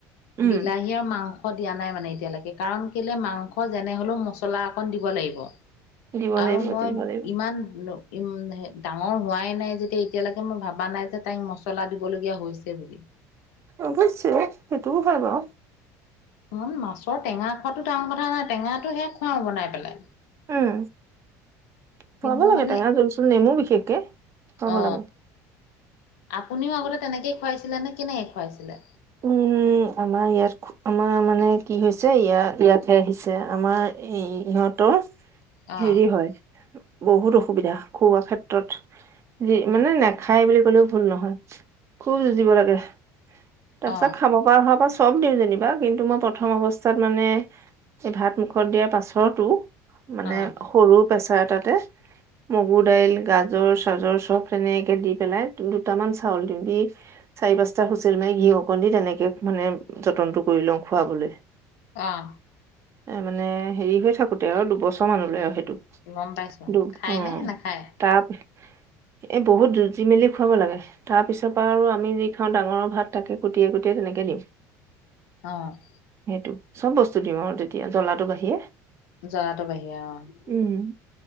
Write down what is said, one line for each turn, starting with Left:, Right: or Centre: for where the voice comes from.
Right: উম
Left: বিলাহী আৰু মাংস মাংস দিয়া নাই মানে এতিয়ালৈকে কাৰণ কেলে মাংস যেনে হলেও মছলা অকণ দিব লাগিব।
Right: দিব
Left: আৰু
Right: লাগিব
Left: মই
Right: দিব লাগিব
Left: ইমান উম, ডাঙৰ হোৱাই নাই যেতিয়া এতিয়ালৈকে মই ভাবা নাই যে তাইক মছলা দিবলগীয়া হৈছে বুলি।
Right: অৱশ্যে সেইটোও হয় বা।
Left: উম, মাছৰ টেঙা খোৱাটো ডাঙৰ কথা নাই টেঙাটো সেই খাওঁ বনাই পেলাই।
Right: উম, খোৱাব
Left: কিন্তু
Right: লাগে
Left: মানে
Right: টেঙা জুলচুল নেমু বিশেষকে। খুৱাব
Left: অ,
Right: লাগে
Left: আপুনিও আগতে তেনেকে খুৱাইছিলে নে কেনেকে খুৱাইছিলে?
Right: উম, উম আমাৰ ইয়াত, আমাৰ মানে কি হৈছে ইয়াত-ইয়াতহে আহিছে আমাৰ, ইহঁতৰ
Left: অ
Right: হেৰি হয়, বহুত অসুবিধা খোৱাৰ ক্ষেত্ৰত, যি মানে নেখায় বুলি ক'লেও ভুল নহয়। খুব যুঁজিব লাগে, তাৰপিছত
Left: অ
Right: খাব পৰা হোৱাৰ পৰা চব দিওঁ যেনিবা কিন্তু মই প্ৰথম অৱস্থাত মানে এই ভাত মুখত দিয়াৰ পাছতো মানে
Left: অ
Right: সৰু প্ৰেছাৰ এটাতে মগুৰ দাইল, গাজৰ, চাজৰ চব সেনেকে দি পেলাই দুটামান চাউল দিওঁ, দি চাৰি, পাঁচটা হুইচেল মাৰি ঘি অকণ দি তেনেকে মানে যতনটো কৰি লওঁ খুৱাবলৈ।
Left: অ'।
Right: এ, মানে হেৰিহৈ থাকোঁতে আৰু দুবছৰ মানলৈ আৰু
Left: গম পাইছো
Right: দু
Left: খায়
Right: অ',
Left: নে নাখায়
Right: তাৰপি এই বহুত যুজি, মেলি খুৱাব লাগে, তাৰপিছৰ পৰা আৰু আমি যি খাওঁ ডাঙৰৰ ভাত তাকে কটিয়াই, কটিয়াই তেনেকে দিওঁ।
Left: অ'।
Right: সেইটো চব বস্তু দিওঁ আৰু তেতিয়া, জ্বলাটো বাহিৰে।
Left: যোৱাতো বাহিৰে অ'।
Right: উম